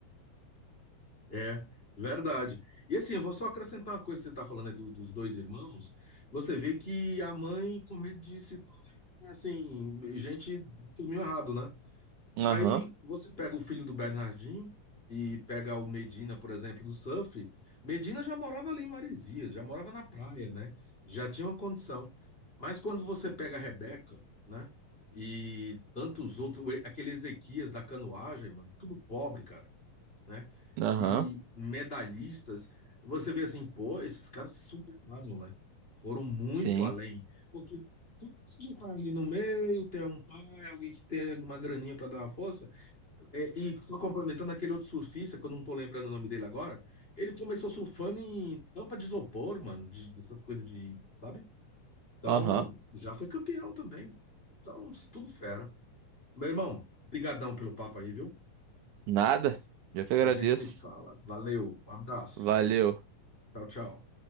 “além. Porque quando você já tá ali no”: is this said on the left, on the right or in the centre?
Left